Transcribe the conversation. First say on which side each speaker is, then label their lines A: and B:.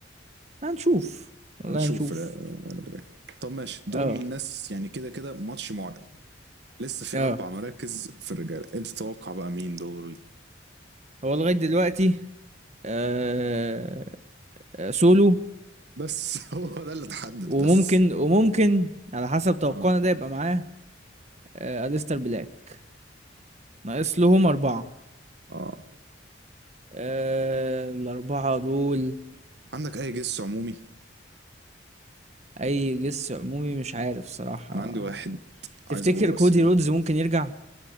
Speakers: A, on the right; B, on the right.
A: هنشوف والله
B: هنشوف
A: هنشوف
B: آه، اللي جاي طب ماشي دول
A: اه
B: ناس يعني كده كده ماتش معلن لسه في
A: اه
B: أربع مراكز في الرجالة أنت تتوقع بقى مين دول
A: هو لغاية دلوقتي آه آه، سولو
B: بس <laughs> هو ده اللي اتحدد
A: وممكن
B: بس
A: وممكن على حسب توقعنا
B: اه
A: ده يبقى معاه آه أليستر بلاك ناقص لهم أربعة
B: اه
A: آه الأربعة دول
B: عندك أي جس عمومي
A: أي جس عمومي مش عارف صراحة
B: أنا عندي واحد
A: تفتكر
B: عايز أقوله بس
A: كودي
B: كده
A: رودز ممكن يرجع؟